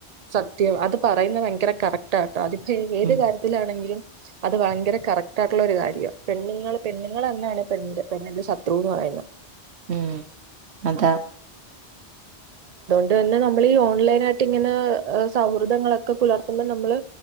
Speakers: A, on the right (about 45°); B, on the right (about 75°).
A: സത്യം അത് പറയുന്നത് ഭയങ്കര കറക്റ്റ് ആട്ടോ അതിപ്പോ ഏത്
B: ഉം
A: കാര്യത്തിലാണെങ്കിലും അത് ഭയങ്കര കറക്റ്റ് ആയിട്ടുള്ള ഒരു കാര്യാ പെണ്ണുങ്ങള് പെണ്ണുങ്ങളെ തന്നാണ് പെണ്ണിന്റെ ശത്രു എന്ന് പറയുന്നത്
B: ഉം അത
A: അത് തന്നെ നമ്മൾ ഈ ഓൺലൈൻ ആയിട്ട് ഇങ്ങനെ സൗഹൃദങ്ങളൊക്കെ പുലർത്തുമ്പോൾ നമ്മള്